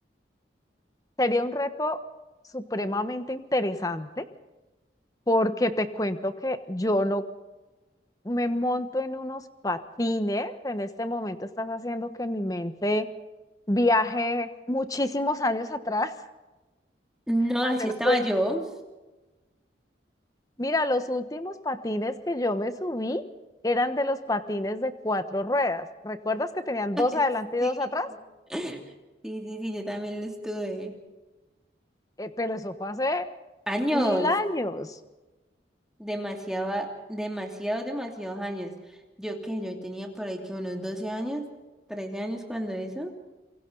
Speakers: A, on the left; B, in the centre.
A: Sería un reto supremamente interesante porque te cuento que yo no me monto en unos patines. En este momento estás haciendo que mi mente viaje muchísimos años atrás
B: No,
A: <laughs> hacer
B: así estaba
A: cuenta.
B: yo.
A: Mira, los últimos patines que yo me subí eran de los patines de cuatro ruedas. ¿Recuerdas que tenían
B: <laughs>
A: dos adelante
B: Sí,
A: y dos atrás?
B: sí, sí, sí, yo también lo estuve.
A: Eh, pero eso fue hace
B: Años.
A: mil años.
B: demasiado, demasiados, demasiados años. Yo que yo tenía por ahí que unos 12 años, 13 años cuando eso,